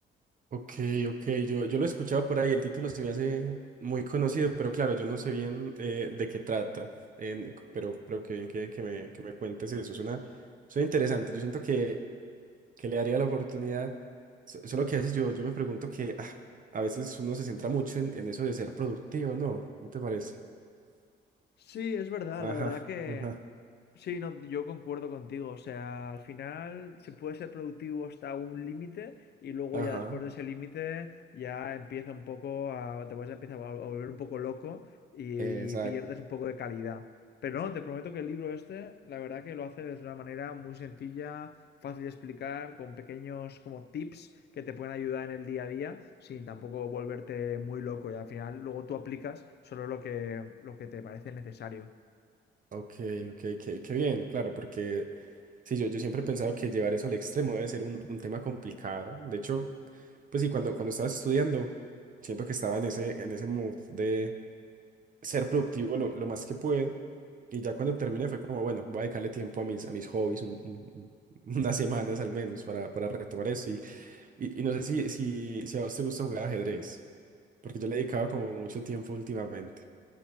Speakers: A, on the right (about 40°); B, on the left (about 55°).
A: Ok, ok, yo, yo lo he escuchado por ahí, el título se me hace muy conocido, pero claro, yo no sé bien eh, de qué trata, en- pero, pero qué bien que, que me, que me cuentes eso, suena, suena interesante, yo siento que, que le daría la oportunidad, so- solo que a veces yo, yo me pregunto que ah, a veces uno se centra mucho en, en eso de ser productivo, ¿no? ¿No te parece?
B: Sí, es verdad,
A: Ajá,
B: la verdad que...
A: ajá,
B: Sí, no, yo concuerdo contigo, o sea, al final se puede ser productivo hasta un límite y luego
A: ajá,
B: ya después de ese límite ya empieza un poco a... te vas a empezar a vol- a volver un poco loco y,
A: exacto,
B: y pierdes un poco de calidad. Pero no, te prometo que el libro este, la verdad que lo hace de una manera muy sencilla, fácil de explicar, con pequeños como tips que te pueden ayudar en el día a día, sin tampoco volverte muy loco y al final luego tú aplicas solo lo que, lo que te parece necesario.
A: Ok, ok, qué, qué bien, claro, porque sí, yo, yo siempre he pensado que llevar eso al extremo debe ser un, un tema complicado. De hecho, pues sí, cuando, cuando estaba estudiando, siento que estaba en ese, en ese mood de ser productivo lo, lo más que puedo. Y ya cuando terminé fue como, bueno, voy a dedicarle tiempo a mis, a mis hobbies, un- un- un- <laughs> unas semanas al menos para, para retomar eso. Y, y, y no sé si, si, si a vos te gusta jugar ajedrez, porque yo le he dedicado como mucho tiempo últimamente.